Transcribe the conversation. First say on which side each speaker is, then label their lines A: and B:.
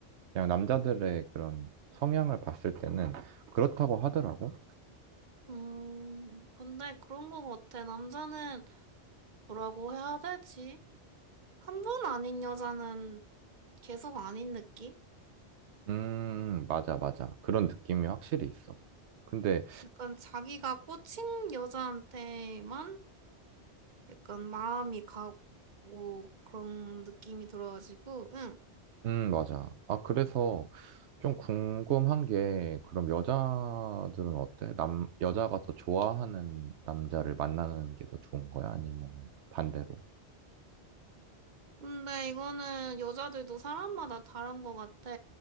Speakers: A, on the right (about 85°); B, on the right (about 45°).
A: 그냥 남자들의 그런 성향을 봤을 때는 그렇다고 하더라고.
B: 음. 근데 그런 거 같아. 남자는 뭐라고 해야 되지? 한 번 아닌 여자는 계속 아닌 느낌?
A: 음, 맞아, 맞아. 그런 느낌이 확실히 있어. 근데,
B: 약간 자기가 꽂힌 여자한테만 약간 마음이 가고 그런 느낌이 들어가지고, 응.
A: 음, 맞아. 아, 그래서 좀 궁금한 게, 그럼 여자들은 어때? 남, 여자가 더 좋아하는 남자를 만나는 게 더 좋은 거야? 아니면 반대로?
B: 근데 이거는 여자들도 사람마다 다른 것 같아.